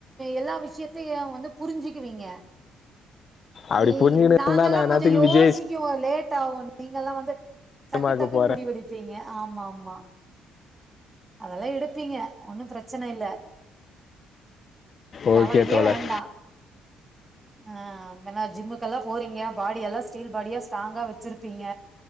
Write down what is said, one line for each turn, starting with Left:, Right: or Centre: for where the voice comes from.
Right: எல்லா விஷயத்தையு வந்து புரிஞ்சுக்குவீங்க
Left: அப்டி
Right: இ
Left: புரிஞ்சுக்கினு இருந்தா
Right: நாங்கல்லா
Left: நா என்னாத்துக்கு
Right: கொஞ்சோ யோசிக்குவோ
Left: விஜய்
Right: லேட் ஆவுன் நீங்கல்லா வந்து
Left: சினிமாக்கு
Right: டக்கு டக்குன்னு
Left: போறே
Right: முடிவெடிப்பீங்க ஆமா ஆமா அதெல்லா எடுப்பீங்க ஒன்னு பிரச்சன இல்ல
Left: ஓகே
Right: கவலையே
Left: தோழர்
Right: வேண்டா அ என்னா ஜிம்முக்குல்லா போறீங்க பாடியெல்லா ஸ்டீல் பாடியா ஸ்ட்ராங்கா வச்சிருப்பீங்க